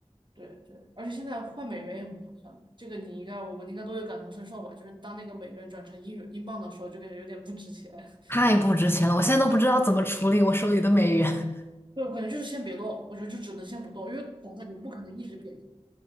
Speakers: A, on the right; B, on the left.
A: 对对，而且现在换美元也很划算的，这个你应该我们应该都有感同身受吧？就是当那个美元转成英元英镑的时候，就感觉有点不值钱。<laughs>
B: 太不值钱了，我现在都不知道怎么处理我手里的美元。<laughs>
A: 对，我感觉就是先别动，我觉得就只能先不动，因为总感觉不可能一直贬值，